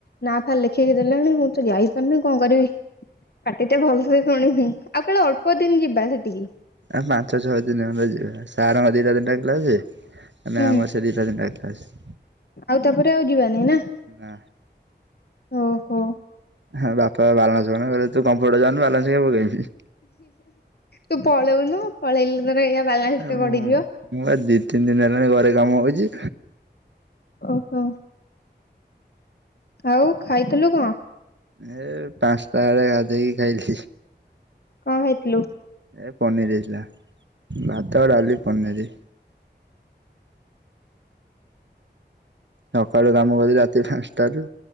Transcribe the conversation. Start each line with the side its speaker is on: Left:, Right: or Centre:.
Left: ନା ଫା ଲେଖିକି ଦେଲେଣି ମୁଁ ତ ଯାଇପାରୁିନି କଣ କରିବି। ଏତେ ଭଲ ସେ ଶୁଣିନି ଆଉ କାଳେ ଅଳ୍ପ ଦିନ ଯିବା ସେଠିକି।
Right: ଆ ପାଞ୍ଚ ଛଅ ଦିନ ହେଲା ଯିବା ସାରଙ୍କ ଦିଟା ଦିନ ଡାକିଲା ସେ। ମାନେ
Left: ହୁଁ
Right: ଆମର ସେଟି ସେ ଦି ଚାର ଦିନ ଟା କ୍ଲାସ।
Left: ଆଉ ତାପରେ ଆଉ ଯିବାନି ନା।
Right: ନା।
Left: ଓହୋ
Right: ହଁ ବାପା ବାଲାନ୍ସ ପକଉନାହାନ୍ତି କହିଲେ ତୁ କମ୍ପୁଟର ଯାଉନୁ ବାଲାନ୍ସ କାଇଁ ପକେଇବି
Left: ତୁ ପଳଉନୁ ପଳେଇଲେ ତର ଏଇଆ ବାଲାନ୍ସଟେ
Right: ଏ ମୁଁ
Left: ପଡିିଯିବ।
Right: ମୁଁ ବା ଦି ତିନି ଦିନ ହେଲାଣି ଘରେ କାମ ହଉଜି।
Left: ଓହୋ। ଆଉ ଖାଇଥିଲୁ କଣ?
Right: ଏ ପାଞ୍ଚଟା ବେଳେ ଗାଧେଇକି ଖାଇଥିଲି।
Left: କଣ ଖାଇଥିଲୁ?
Right: ଏ ପନିର ହେଇଥିଲା ଭାତ, ଡାଲି, ପନିରି। ସକାଳୁ କାମ କଲି ରାତି ପାଞ୍ଚଟାରୁୁ